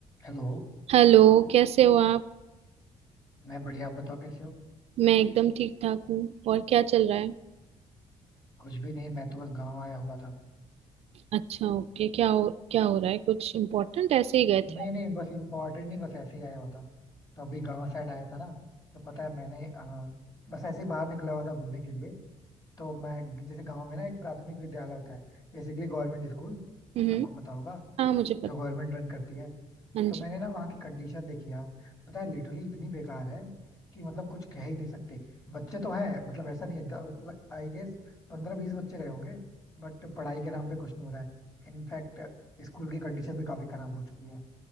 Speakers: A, on the left; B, on the right.
A: हेलो
B: Hello कैसे हो आप
A: मैं बढ़िया आप बताओ कैसे हो
B: मैं एकदम ठीक ठाक हूँ और क्या चल रहा है
A: कुछ भी नहीं मैं तो बस गांव आया हुआ था
B: अच्छा ओके क्या हो क्या हो रहा है कुछ इम्पोर्टेंट ऐसे ही गए
A: नहीं
B: थे आप
A: नहीं बस इम्पोर्टेंट नहीं बस ऐसे ही आया हुआ था तो अभी गांव साइड आया था ना तो पता है मैंने अ, बस ऐसे ही बाहर निकला हुआ था घूमने के लिए तो मैं जैसे गांव में ना एक प्राथमिक विद्यालय होता है बेसिकली गवर्नमेंट स्कूल
B: हम्म
A: आपको पता होगा
B: हाँ मुझे
A: जो
B: पता
A: गवर्नमेंट रन करती है
B: हाँ
A: तो
B: जी
A: मैंने ना वहाँ की कंडीशन देखी यार पता है लिटरली इतनी बेकार है कि मतलब कुछ कह ही नहीं सकते बच्चे तो है मतलब ऐसा नहीं है आई गेस पंद्रह बीस बच्चे रहे होंगे बट पढ़ाई के नाम पे कुछ नहीं हो रहा है इनफैक्ट स्कूल की कंडीशन भी काफी खराब हो चुकी है